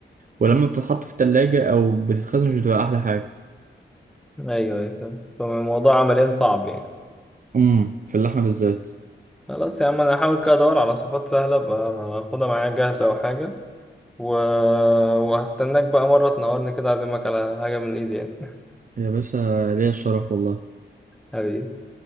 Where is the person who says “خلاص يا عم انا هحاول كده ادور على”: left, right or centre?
Centre